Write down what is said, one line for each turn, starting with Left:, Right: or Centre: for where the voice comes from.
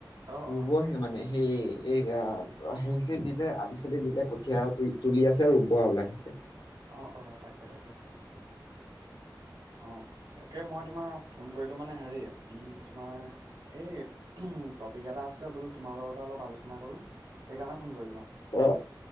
Right: অঁ অঁ
Left: ৰুবহে
Right: আচ্ছা।
Left: মানে সেই এই‌ আ হেই চেই দিলে আলি চালি দিলে কঠীয়াও তুলি তুলি আছে ৰুব আৰু লাহেকে
Right: অঁ অঁ তাকে তাকে অ তাকে মই তোমাৰ ফোন কৰিতো মানে হেৰি উম তোমাৰ এই টপিক এটা আছিলে বোলো তোমাৰ লগতে অলপ আলোচনা কৰো সেইকাৰণে ফোন কৰিলোঁ মা
Left: অ